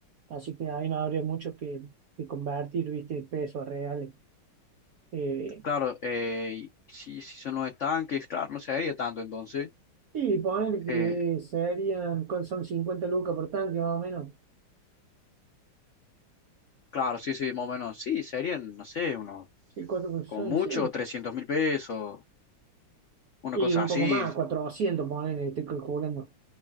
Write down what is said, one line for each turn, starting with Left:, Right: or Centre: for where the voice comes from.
Right: Así que ahí no habría mucho que, que convertir, viste, pesos reales. Eh,
Left: claro, eh, y si, si son los estanques, claro, no se haría tanto entonces.
Right: y ponele que
Left: eh,
Right: serían, ¿cuánto son 50 lucas por tanque más o menos?
Left: Claro, sí, sí, más o menos. Sí, serían, no sé, unos,
Right: Sí, cuatro por- son,
Left: con mucho,
Right: sí.
Left: trescientos mil pesos, una
Right: Y
Left: cosa
Right: un
Left: así.
Right: poco más, 400, ponele, estoy calculando.